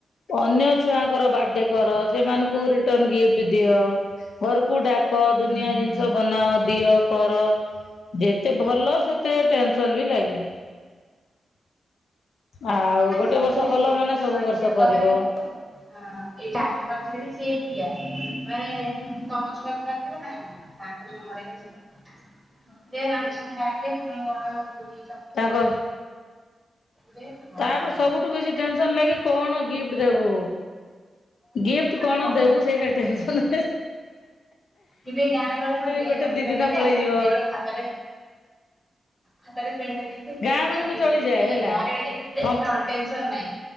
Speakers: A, on the left (about 70°); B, in the centre.
A: ଅନ୍ୟ ଛୁଆଙ୍କର ବାର୍ଥଡେ କର ସେମାନଙ୍କୁ ରିଟର୍ଣ ଗିଫ୍ଟ ଦିଅ।
B: ହୁଁ
A: ଘରକୁ ଡାକ ଦୁନିଆ
B: ହୁଁ
A: ଜିନିଷ ବନାଅ ଦିଅ କର। ଯେତେ ଭଲ ସେତେ ଟେନସନ ବି ଲାଗେ। ଆଉ
B: ଆମର
A: ଗୋଟେ ବର୍ଷ କଲ
B: ଏଠି
A: ମାନେ ସବୁ ବର୍ଷ କରିବ।
B: ପାଖରେ ଏଇଟା ଆଖପାଖରେ ବି ସେତିଆ ମାନେ ତମ ଛୁଆକୁ ଡକିବ ନା ତା <unintelligible> ଦେ <unintelligible> ଡାକେ ପୁଣି କଣ ହ
A: ତା କ
B: ଦେ କଣ
A: ତାପରେ
B: କହିବି
A: ସବୁଠୁ
B: କଣ
A: ବେଶି ଟେନସନ ଲାଗି କଣ ଗିଫ୍ଟ ଦେବୁ। ଗିଫ୍ଟ କଣ
B: ହଁ ବା
A: ଦେବୁ ସେଇଟା ଟେନସନ।
B: କେବେ ଗାଁ ଗହଳିରେ
A: ଗୋଟେ
B: କଣ
A: ଦି ଦିନ
B: <unintelligible>
A: ପଳେଇଯିବ
B: ଖାତରେ ଖାତାରେ ପେଣ୍ଡ ଦେଇଇ
A: ଗାଁ ମାନଙ୍କୁ ଚଳିଯାଏ
B: <inaudible> ଏଇ
A: ହେଲା।
B: ଗାଁ ରେ
A: କମ୍ପ
B: ଟେନସନ ନାହିଁ।